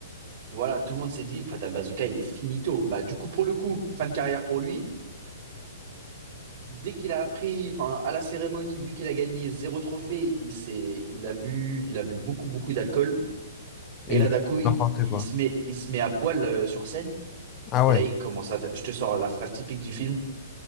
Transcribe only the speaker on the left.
Et
il a fait
n'importe
quoi.
Ah
ouais.